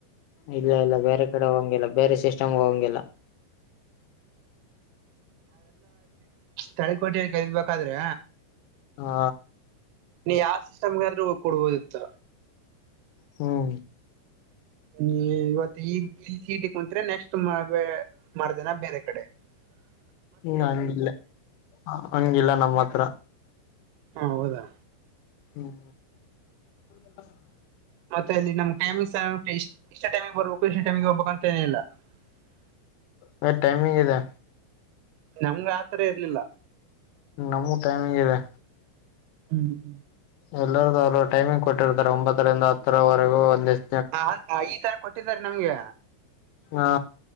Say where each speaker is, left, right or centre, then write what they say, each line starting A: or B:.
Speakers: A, on the left; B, on the right.
A: ಇಲ್ಲ ಇಲ್ಲ ಬೇರೆ ಕಡೆ ಹಂಗಿಲ್ಲ ಬೇರೆ ಸಿಸ್ಟಮ್ ಹಂಗಿಲ್ಲ <inaudible>
B: ತಳಿ ಕೋಟೆ ಕೈದಬೇಕಾದ್ರೆ
A: ಹಾ
B: ನೀ ಯಾವ ಸಿಸ್ಟಮ್ಗೆ ಆದ್ರೂ ಹ ಕೊಡ್ಬೋದಿತ್ತ
A: ಹ್ಮ್
B: ಹ್ಮ ಇವತ್ತು ಈ ಸೀಟಿ ಕುಂತ್್ರೆ ನೆಕ್ಸ್ಟ್ ಮಾಡ್ದೇನಾ ಬೇರೆ ಕಡೆ ಹ <inaudible>
A: ಹ್ಮ ಹಂಗಿಲ್ಲ ಹಂಗಿಲ್ಲ ನಮ್ಮ ಹತ್ರ
B: ಹಾ ಹೌದಾ
A: ಹ್ಮ್ <inaudible>
B: ಮತ್ತೆ ಅಲ್ಲಿ ನಮ್ ಟೈಮಿ್ ಇಷ್ಟ ಇಷ್ಟ ಟೈಮಿಗೆ ಬರ್ಬೇಕು ಇಷ್ಟ ಟೈಮಿಗೆಗೆ ಹೋಗಬೇಕು ಅಂತ ಏನ ಇಿಲ್ಲ <unintelligible> <inaudible>
A: ಮ ಟೈಮಿಂಗ್ ಇದೆ
B: ನಮ್ಗೆ ಆತ್ರ ಇರ್ಲಿಲ್ಲ
A: ನಮೂ ಟೈಮಿಂಗ್ ಇದೆ
B: ಹ್ಮ್್ಮ <unintelligible>
A: ಎಲ್ಲರ್ದೂ ಅವ್ರು ಟೈಮಿಂಗ್ ಕೊಟ್ಟಿರ್ತಾರೆ ಒಂಬತ್ತರಿಂದ ಹತ್ತರವರೆಗೂ ಒಂದಷ್ಟ
B: ಹ ಈ ತರ ಕೊಟ್ಟಿದ್ದಾರೆ ನಮ್ಗೆ
A: ಹಾ